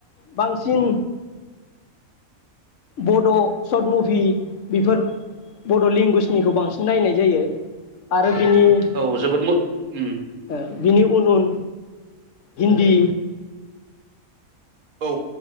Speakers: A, on the left; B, on the right.
A: बांसिन बड' शर्ट मुभि बेफोर बड' लेंगुवेजनिखौ बांसिन नायनाय जायो आरो बिनि ओ
B: औ जोबोद मो उम
A: बिनि उन उन हिन्दी
B: औ